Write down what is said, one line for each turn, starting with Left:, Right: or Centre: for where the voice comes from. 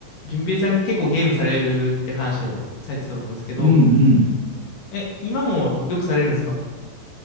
Left: 順平さん結構ゲームされるって話をされてたと思うんですけど、
Right: うんうん。
Left: え、今もよくされるんですか